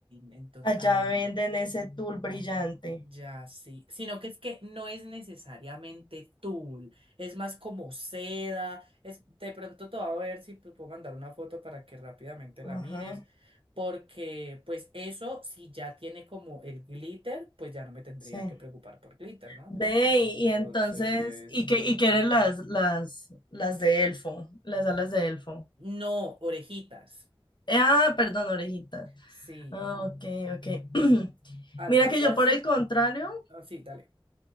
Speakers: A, on the right; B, on the left.
A: entonces
B: Allá
A: ahí.
B: venden ese tul brillante.
A: Ya, sí. Sino que es que no es necesariamente tul, es más como seda. Es, de pronto te voy a ver si te puedo mandar una foto para que rápidamente la mires.
B: Ajá,
A: Porque, pues, eso, si ya tiene como el glitter, pues ya no me tendría
B: sí.
A: que preocupar por glitter, ¿no?
B: Ve,
A: Entonces.
B: y, y entonces, ¿y qué, y qué eran las, las, las de elfo? Las alas de elfo.
A: No, orejitas.
B: Eh, ah, perdón, orejita.
A: Sí.
B: Ah, ok, ok. <clears throat>
A: Al-
B: Mira
A: algo
B: que yo
A: así.
B: por el contrario,
A: Así, dale.